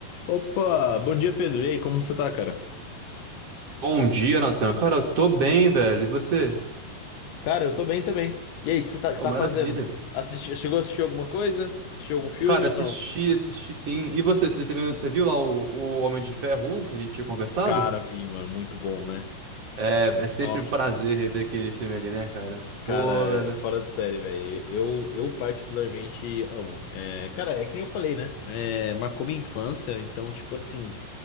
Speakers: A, on the left; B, on the right.
A: Opa, bom dia Pedro. E aí, como você tá, cara?
B: Bom dia, Natan. Cara, eu tô bem, velho. E você?
A: Cara, eu tô bem também. E aí, o que você tá, que
B: Pô,
A: tá
B: maravilha.
A: fazendo? Assisti- chegou a assistir alguma coisa? Assistiu algum filme
B: Cara,
A: ou
B: assisti,
A: não?
B: assisti sim. E você, você, terminou- você viu lá o, o Homem de Ferro 1 que a gente tinha conversado?
A: Cara, vi, mano, muito bom, né?
B: É, é sempre
A: Nossa,
B: um prazer rever aquele filme ali, né, cara?
A: cara,
B: Pô, velho.
A: é fora de série, velho. Eu, eu particularmente amo. É, cara, é que nem eu falei, né? É, marcou minha infância, então, tipo assim,